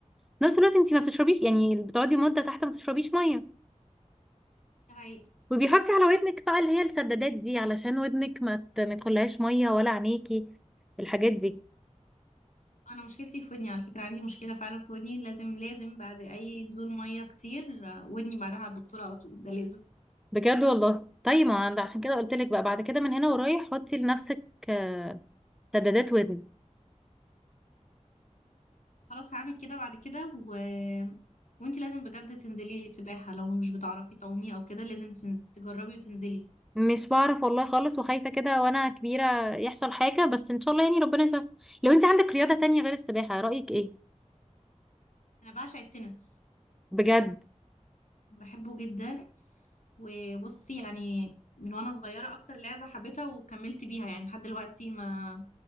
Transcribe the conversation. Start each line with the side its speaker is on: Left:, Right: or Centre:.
Centre: في نفس الوقت انتي ما بتشربيش
Left: ايه
Centre: يعني بتقعدي مدة تحت ما بتشربيش مية
Left: ده حقيقي
Centre: وبيحطي على ودنك بقى اللي هي السدادات دي علشان ودنك ما ت- ما تخليهاش ميه ولا عينيكي الحاجات دي
Left: انا مشكلتي في ودني على فكره عندي مشكله فعلا في ودني لازم لازم بعد اي نزول ميه كتير آه، ودني بعدها على الدكتوره على طول ده لازم
Centre: بجد والله طيب ما عند عشان كده قلت لك بقى بعد كده من هنا ورايح حطي لنفسك آه، سدادات ودن
Left: خلاص هعمل كده بعد كده و... وانتي لازم بجد تنزلي سباحة لو مش بتعرفي تعومي او كده لازم تن- تجربي وتنزلي
Centre: مش بعرف والله خالص وخايفه كده وانا كبيره يحصل حاجه بس ان شاء الله يعني ربنا يسهل لو انت عندك رياضه تانية غير السباحه رايك ايه
Left: انا بعشق التنس
Centre: بجد
Left: بحبه جدا وبصي يعني من وانا صغيرة اكتر لعبة حبيتها وكملت بيها يعني لحد دلوقتي ما